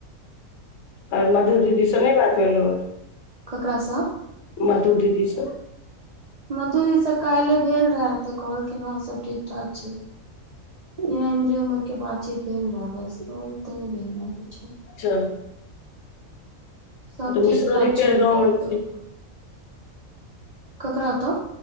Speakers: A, on the left (about 65°); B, on the right (about 60°).
A: आर मधु दीदी स नहि बात भेलहुए?
B: ककरास?
A: मधु दीदीस।
B: मधु दीदी स काइले भेल रहे तऽ कहलखिन हं सब ठीक ठाक छै। यैह इम्हरे उम्हर के बातचीत भेल रहै बस आओर त नहि भेल रहे किछो।
A: चल।
B: सब ठीक
A: मिश्रोजी
B: ठाक
A: फेर
B: छै हुनको
A: गाँव एलखिन
B: ओतऽ। ककरा ओतऽ